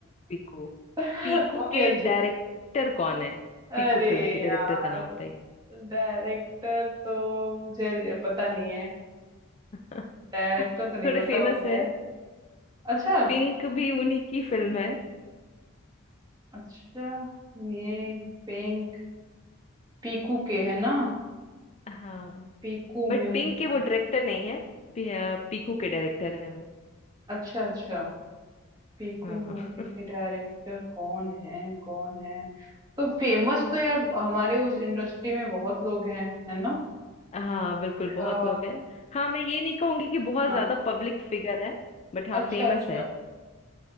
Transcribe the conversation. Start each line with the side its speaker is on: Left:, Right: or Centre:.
Left: पीकू
Right: <laughs>
Left: पीकू
Right: वो भी
Left: के
Right: अच्छी
Left: डायरेक्टर कौन है पीकू
Right: अरे
Left: फिल्म के
Right: यार
Left: डायरेक्टर का नाम बताइए
Right: डायरेक्टर तो मुझे नहीं- पता नहीं है
Left: <laughs>
Right: डायरेक्टर तो नहीं
Left: थोड़े फेमस
Right: पता होगा
Left: है
Right: यार अच्छा
Left: पिंक भी उन्हीं की फिल्म है
Right: अच्छा ये पिंक पीकू के है ना
Left: हाँ
Right: पीकू
Left: बट
Right: मूवी
Left: पिंक के वो डायरेक्टर नहीं है पी, अ, पीकू के डायरेक्टर है वो
Right: अच्छा अच्छा पीकू
Left: हाँ
Right: मूवी
Left: <laughs>
Right: के डायरेक्टर कौन है कौन है तो फेमस तो यार हमारे उस इंडस्ट्री में बहुत लोग हैं है ना
Left: हाँ बिल्कुल बहुत
Right: और
Left: लोग हैं हाँ मैं ये नहीं कहूंगी कि बहुत
Right: हाँ
Left: ज्यादा पब्लिक फिगर है बट हाँ
Right: अच्छा
Left: फेमस
Right: अच्छा
Left: है